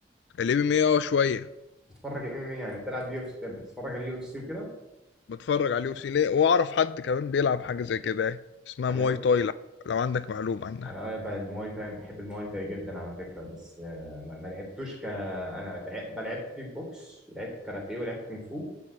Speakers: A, on the left (about 65°); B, in the centre.
A: الام ام اي اه شويه
B: بتتفرج ام ام ايه يعني بتلعب يو اف سي بتتفرج على يو اف سي وكده
A: بتفرج على اليو سي ليه واعرف حد كمان بيلعب حاجه زي كده يعني اسمها
B: انا
A: مواي
B: ليه
A: تاي لو لو عندك معلومه عنها
B: انا آه، بقى المواي تاي أنا بحب المواي تاي جدا على فكره بس آه، ما, ما لعبتوش ك انا لعب... لعبت كيك بوكس لعبت كاراتيه ولعبت كونغ فو